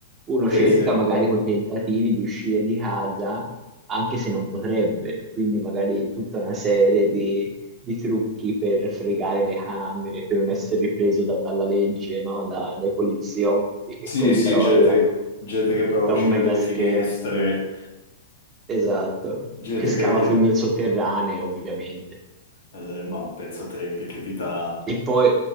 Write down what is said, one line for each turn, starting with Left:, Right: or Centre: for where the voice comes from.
Right: Uno
Left: Sì,
Right: cerca
Left: sì.
Right: magari quei tentativi di uscire di casa, anche se non potrebbe, quindi magari tutta una serie di, di trucchi per fregare le camere, per non essere ripreso da- dalla legge, no? Da- dai poliziotti che
Left: Sì,
Right: controllano
Left: sì, gente, gente che prova
Right: da
Left: a uscire
Right: un mega
Left: dalle
Right: schermo,
Left: finestre,
Right: esatto,
Left: gente
Right: che scava
Left: che... che
Right: tunnel
Left: la-
Right: sotterranei, ovviamente.
Left: eh, ma pensa te, che, che vita...
Right: E poi